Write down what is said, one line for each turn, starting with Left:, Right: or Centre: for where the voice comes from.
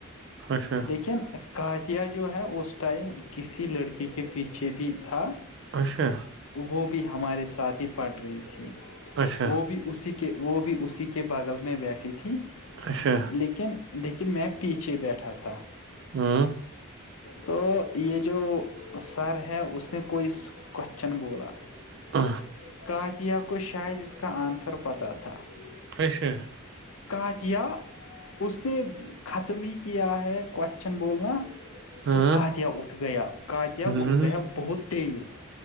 Right: اچھا
Left: لیکن کاتیا جو ہے اس ٹائم کسی لڑکی کی کے پیچھے بھی تھا
Right: اچھا
Left: وہ بھی ہمارے ساتھ ہی پڑ رہی تھی
Right: اچھا
Left: وہ بھی اسی کے وہ بھی اسی کے بغل میں بیٹھی تھی
Right: اچھا
Left: لیکن لیکن میں پیچھے بیٹھا تھا
Right: ہاں
Left: تو یہ جو سر ہے اس نے کوئی کوشچن بولا
Right: آ
Left: <unintelligible>
Right: اچھا
Left: قاتیہ اس نے ختم ہی کیا ہے کوشچن بولنا
Right: ہاں
Left: تو کادیا اٹھ گیا کادیا
Right: ہوں،
Left: اٹھ گیا بہت تیز